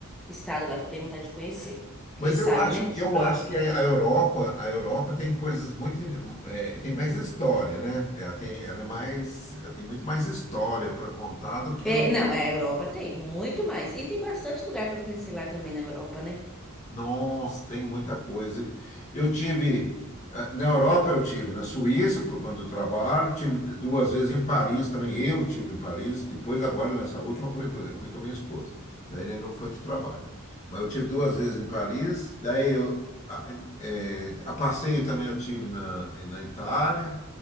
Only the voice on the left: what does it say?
Mas
eu acho,
eu
acho que a
a Europa, a Europa tem coisas muito, in- eh, tem mais história, né? Ela tem, ela é mais, ela tem muito mais história para contar do que os
Nossa, tem muita coisa. Eu tive, eh, na Europa eu tive, na Suíça, por conta do trabalho, tive duas vezes em Paris também, eu tive em Paris, depois agora nessa última eu falei, "Pois é, eu fui com a minha esposa, daí né, não foi de trabalho. Mas eu tive duas vezes em Paris, daí eu, a, eh, a passeio também eu tive na, na Itália,